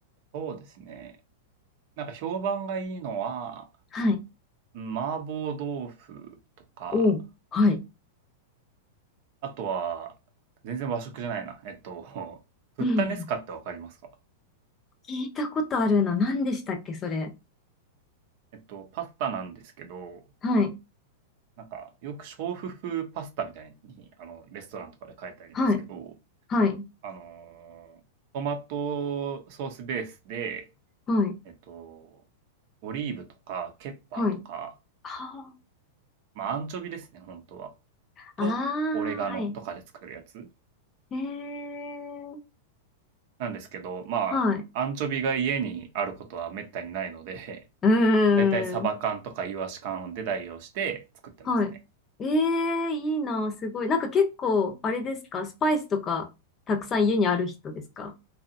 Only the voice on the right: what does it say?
そうですね。なんか評判がいいのは、
うん、麻婆豆腐とか
あとは、全然和食じゃないな。えっと、<laughs> フッタネスカってわかりますか？
えっと、パスタなんですけど、
なんか、よく娼婦風パスタみたいに、あの、レストランとかで書いてありますけど、
あの、トマトソースベースで、
えっと、オリーブとかケッパーとか、
まあ、アンチョビですね、本当は。と、
オレガノとかで作るやつ
なんですけど、まあ、
アンチョビが家にあることは滅多にないので
だいたいサバ缶とかイワシ缶で代用して作ってますね。